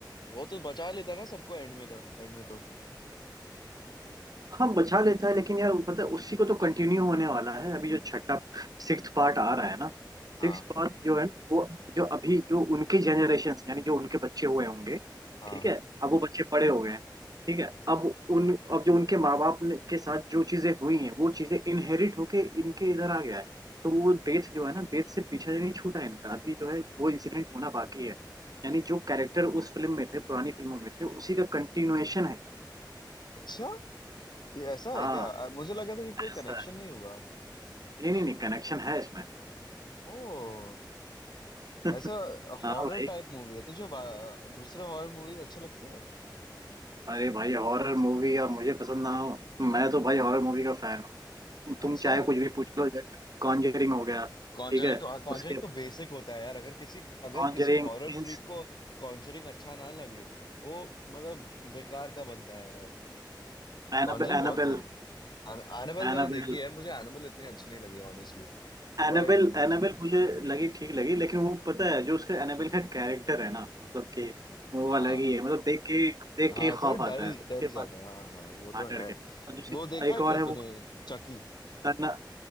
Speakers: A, on the left; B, on the right.
A: वो तो बचा लेता है ना सबको एंड में तक एंड में तो
B: हाँ बचा लेता है लेकिन यार पता है उसी को तो कंटिन्यू होने वाला है अभी जो छठा सिक्स्थ पार्ट आ रहा है ना
A: हाँ
B: सिक्स्थ पार्ट जो है ना वो जो अभी जो उनके जनरेशन यानी जो उनके बच्चे हुए होंगे
A: हाँ
B: ठीक है अब वो बच्चे बड़े हो गए हैं ठीक है अब उन अब जो उनके माँ बाप ने के साथ जो चीजें हुई हैं वो चीजें इनहेरिट होके इनके इधर आ गया है तो वो डेथ जो है ना डेथ से पीछा नहीं छूटा है इनका अभी जो है वो इंसिडेंट होना बाकी है यानी जो कैरेक्टर उस फिल्म में थे पुरानी फिल्मों में थे उसी का कंटिन्यूएशन है
A: अच्छा ये ऐसा है
B: हाँ
A: क्या अ, मुझे लगा था कि कोई
B: ऐसा
A: कनेक्शन नहीं होगा
B: नहीं नहीं नहीं कनेक्शन है इसमें
A: ओ
B: <laughs>
A: ऐसा हॉरर
B: हाँ भाई
A: टाइप मूवी है तुझे वा- दूसरे हॉरर मूवीज अच्छे लगते हैं
B: अरे भाई हॉरर मूवी और मुझे पसंद ना हो मैं तो भाई हॉरर मूवी का फैन हूँ तुम
A: अच्छा
B: चाहे कुछ भी पूछ लो कॉन्जरिंग हो गया ठीक
A: कॉन्जरिंग
B: है
A: तो कॉन्जरिंग
B: उसके बाद
A: तो बेसिक होता है यार अगर किसी अगर
B: कॉन्जरिंग
A: किसी हॉरर फ्रीक
B: इंस
A: को कॉन्जरिंग अच्छा ना लगे वो मतलब बेकार का बंदा है यार
B: Annabelle
A: कॉन्जरिंग बहुत
B: Annabelle
A: सही था एनिमल
B: Annabelle
A: मैंने देखी है मुझे एनिमल इतनी अच्छी नहीं लगी ऑनेस्टली
B: Annabelle
A: बट
B: Annabelle मुझे लगी ठीक लगी लेकिन वो पता है जो उसका एनाबेल का कैरेक्टर है ना मतलब कि वो
A: हाँ
B: अलग ही है मतलब देख के देख
A: हाँ
B: के ही खौफ
A: थोड़ा डर
B: आता
A: ही
B: है उसके
A: डर ही जाता
B: बाद
A: है। हाँ हाँ वो
B: हाँ
A: तो
B: डर
A: है
B: के और दूसरी
A: वो देखा
B: एक
A: है क्या
B: और है
A: तूने
B: वो
A: चकी
B: दन्ना-